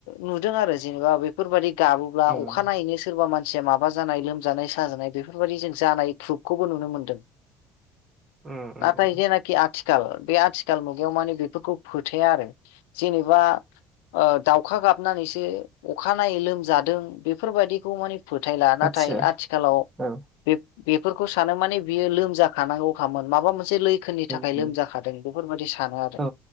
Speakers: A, on the left (about 75°); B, on the right (about 35°).
A: नुदों आरो जेनेबा बेफोरबायादि गाबोब्ला
B: उम
A: अखा नायैनो सोरबा मानसिया माबा जानाय लोमजानाय साजानाय बेफोरबायदि जों जानाय क्रुुबखौबो नुनो मोनदों
B: उम
A: नाथाय
B: उम
A: जेनाख आ थिखाल बे आथिखाल मुगायाव माने बेफोरखौ फोथाया आरो जेनेबा ओ दाउखा गाबनानैसो अखानायनायै लोमजादों बेफोरबायदिखौ माने फोथायला
B: आतसा
A: नाथाय आथिखालाव
B: औ
A: बे बेफोरखौ सानो माने बियो लोमजाखानांगौ अखामोन माबा मोन से लैखोननि
B: उम
A: थाखाय
B: उम
A: लोमजाखादों बेफोरबाददि सानो आरो
B: औ